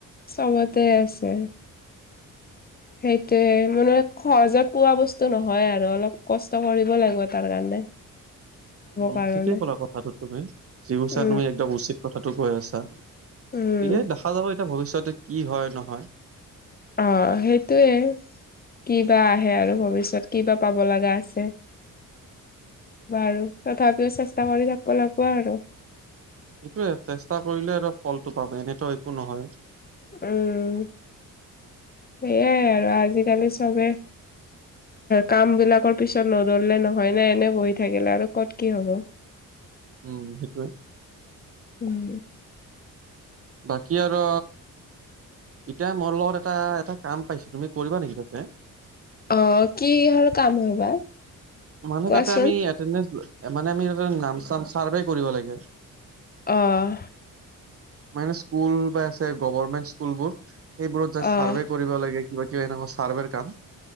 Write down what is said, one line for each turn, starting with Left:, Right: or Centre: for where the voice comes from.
Left: চবতে আছে। সেইটোৱে মানে সহজত পোৱা বস্তু নহয় আৰু অলপ কষ্ট কৰিব লাগিব তাৰ কাৰণে। <inaudible>
Right: উম
Left: কাৰণে
Right: ঠিকেই ক'লা কথাটো তুমি যি কৈছা
Left: উম
Right: তুমি একদম উচিত কথাটো কৈ আছা।
Left: উম
Right: এ দেখা যাব এতিয়া ভৱিষ্যতে কি হয় নহয়।
Left: অ সেইটোৱে। কি বা আহে আৰু ভৱিষ্যত কিবা পাব লগা আছে। বাৰু তথাপিও চেষ্টা কৰি থাকিব লাগিব আৰু
Right: সেইটোয়ে চেষ্টা কৰিলে আৰু ফলটো পাবা এনেতো একো নহয়।
Left: উ উ সেইয়াই আৰু আজিকালি চবে কাম বিলাকৰ পিছত নদৌৰিলে নহয়। এ এনে বহি থাকিলে আৰু ক'ত কি হ'ব।
Right: উম সেইটোৱে।
Left: উম।
Right: বাকি আৰু এতিয়া মোৰ লগত এটা এটা কাম পাইছো তুমি কৰিবা নেকি তাতে
Left: অ' কিহৰ কাম হয় বা
Right: মানুহ
Left: কোৱাচোন?
Right: তাতে আমি এটেনদেনছ্ মানে আমি তাতে নাম চাম চাৰ্ভে কৰিব লাগে।
Left: অহ
Right: মাইনা স্কুল বা আছে, গভমেন্ট স্কুল বোৰ সেইবোৰত চাৰ্ভে
Left: অ',
Right: কৰিব লাগে। কিবা-কিবা এনেকুৱা চাৰ্ভেৰ কাম,